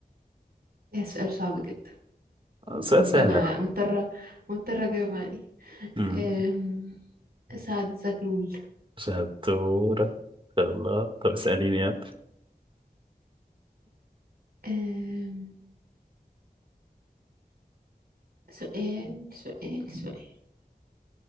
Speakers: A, on the right; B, on the right.
A: ده سؤال صعب جدا
B: سؤال سهل
A: وانا
B: أوي.
A: مضطرة مضطرة اجاوب عليه
B: امم
A: أم، سعد زغلول
B: شطورة ان شاء الله طب اسأليني يلا
A: أم، سؤال سؤال سؤال